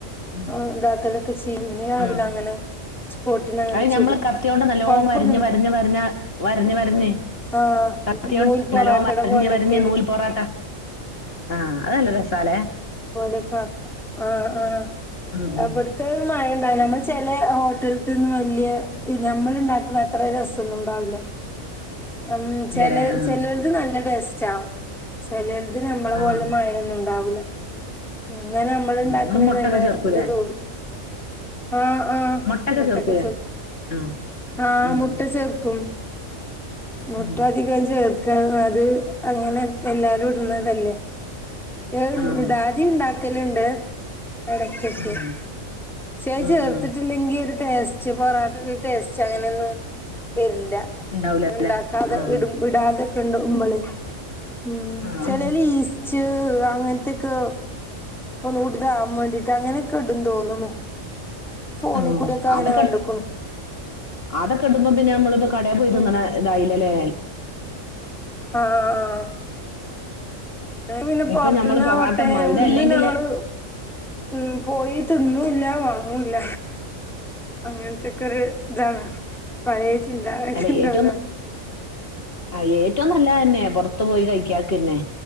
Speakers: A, on the left; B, in the centre.
A: ഉം
B: ആ ഇതാക്കലൊക്കെ ചെയീ പിന്നെ രാവില്ല
A: ഉം
B: അങ്ങനെ സ്പോട്ടിന് അങ്ങനെ
A: അത് ഞമ്മള്
B: ചുടും
A: കത്തിയോണ്ട് നല്ലോ
B: കൊഴപ്പൊന്നുല്ല
A: വരഞ്ഞ് വരഞ്ഞ് വരഞ് വരഞ്ഞ് വരഞ്ഞ്
B: ആഹ്
A: കത്തിയണ്ട്ലോ
B: നൂൽ പൊറാട്ടയുടെ
A: വരഞ്ഞ്
B: പോലെയൊക്കെ
A: വരഞ് നൂൽ പൊറോട്ട ആഹ അതല്ല രസാലേ
B: ലെ ആ ആ ആ
A: ഉം
B: അവിടുത്തെ
A: ഉം
B: മ ഉണ്ടാവ നമ്മൾ ചില ഹോട്ടലത്തിന്നന്ന് വലിയ നമ്മൾ ഉണ്ടാക്കുന്ന അത്ര രാസൊന്നും ഉണ്ടാവില്ല ഉ
A: ഇല്ലലേ ആഹ്
B: ചെരുത് നല്ല ടേസ്റ്റ് ആകും ചരുത് നമ്മളെ പോലെ
A: ആഹ്
B: ഒന്നുംണ്ടാവില്ല എന്ന നമ്മൾ ഇണ്ടാക്കണ
A: നിങ്ങള് മുട്ടൊക്കെ
B: നല്ല
A: ചേർക്കൂലേ
B: ഇത് തോന്നും ആഹ ആഹ
A: മുട്ടൊക്കെ
B: മുട്ടക്കെ
A: ചേർക്കൂലേ
B: ചേർക്കും
A: ആഹ്
B: ആഹ്
A: ഉം
B: മുട്ട ചേർക്കും മുട്ടധികം
A: ഉം
B: ചേർക്കണം അത് അങ്ങനെ എല്ലാരും ഇടുന്നതല്ലേ ഏ
A: ആഹ്
B: ഇടാദ ഉണ്ടാക്കലുണ്ട് എടക്കൊക്കെക്ഷേ
A: ആഹ് ഉം
B: ചേർത്തിട്ടില്ലെങ്കി
A: ഉം
B: ഒരു ടേസ്റ്റ് പൊറോട്ട ടേസ്റ്റ് അങ്ങനെയൊന്നും ല്ല
A: ഉണ്ടാവൂലേ
B: ഉണ്ടാക്കാതെ
A: ആഹ്
B: ഇട ഇടാതെ കണ്ട് ഉ്പള ഉം
A: ആഹ്
B: ചെിലല് ഈസ്റ്റ് അങ്ങനത്തൊക്കെ ഒന്ന്ടുതാകൻ വേണ്ടീട്ട് അങ്ങനെയൊക്കെ ഇടന്ന് തോന്നുന്നു ഫോണിൽ
A: ആഹ്
B: കൂടെൊക്കെ അങ്ങനെ
A: അതൊക്കെ
B: കണ്ടക്കണു
A: അതൊക്കെ കണ്ടുമ്പോ പിന്നെ നമ്മളിപ്പോ കടയൽ പോയിതിന്നണ
B: ഉം
A: ഇതായില്ലല്ലേ
B: ആഹ് ആഹ് പിന്നെ
A: ഇപ്പൊ
B: പുറത്തുന്
A: ഞമ്മള് പൊറാട്ട
B: വട്ടെ
A: മൈദ
B: ഒന്ന്
A: അല്ലെങ്കിൽ
B: ഞങ്ങങ്ങള് ഉ പോയി തിന്നു ഇല്ല വാങ്ങൂല അങ്ങനത്തെക്കെ ഒരു ഇതാണ് പഴയ ചിന്താഗതിണ്ടല
A: അല്ല ഏറ്റവും ആ ഏറ്റവും നല്ല പുറത്തു പോയി കഴിക്കാക്ക്ന്നെ